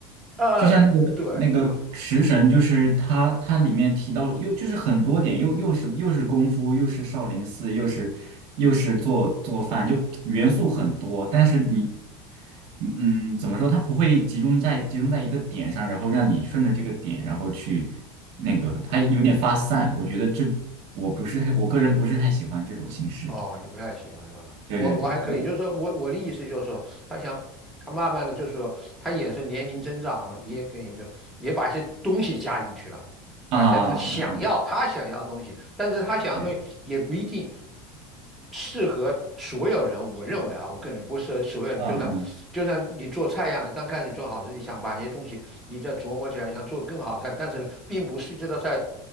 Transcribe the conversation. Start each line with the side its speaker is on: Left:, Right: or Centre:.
Centre: 呃，
Right: 就像那个那个食神，
Centre: 对，
Right: 就是它它里面提到了，又就是很多点，又又是又是功夫，又是少林寺，又是又是做做饭，就元素很多。但是你，嗯，嗯怎么说？它不会集中在集中在一个点上，然后让你顺着这个点，然后去那个，它有点发散。我觉得这我不是太，我个人不是太喜欢这种形式。
Centre: 哦，你不太喜欢是吧？
Right: 对对对，
Centre: 我我还可以，
Right: 我
Centre: 就是说我我的意思就是说，他想他慢慢的就是说，他也是年龄增长，也给你就也把一些东西加进去了。
Right: 啊啊啊啊啊，
Centre: 把一些他想要他想要的东西，但是他想要的东西也不一定
Right: 对，
Centre: 适合所有人。我认为啊，我个人不适合所有人。
Right: 嗯嗯，
Centre: 就算就算你做菜一样的，刚开始做好时，你想把一些东西你再琢磨起来，想做更好菜，但是呢，并不是这道菜，